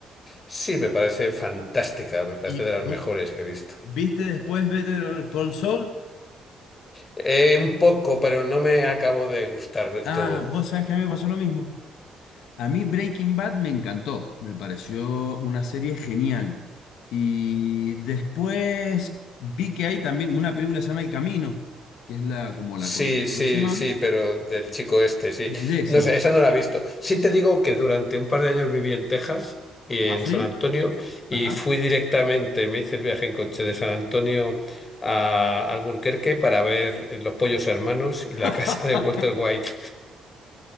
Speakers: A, on the left; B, on the left.
A: Sí, me parece fantástica, me parece
B: ¿Y
A: de las
B: vi-
A: mejores que he visto.
B: viste después Better Call Saul?
A: Eh, un poco, pero no me acabo de gustar del
B: Ah,
A: todo.
B: vos sabés que a mí me pasó lo mismo. A mí Breaking Bad me encantó, me pareció una serie genial. Y después vi que hay también una película que se llama El Camino, que es la como la
A: Sí,
B: continuación
A: sí, sí, pero del chico este, sí.
B: de Jesse.
A: No sé, esa no la he visto. Sí te digo que durante un par de años viví en Texas y
B: ¿Ah,
A: en
B: sí?
A: San Antonio y
B: Ajá.
A: fui directamente, me hice el viaje en coche de San Antonio a Albuquerque para ver eh, Los Pollos Hermanos y la
B: <laughs>
A: <laughs> casa de Walter White.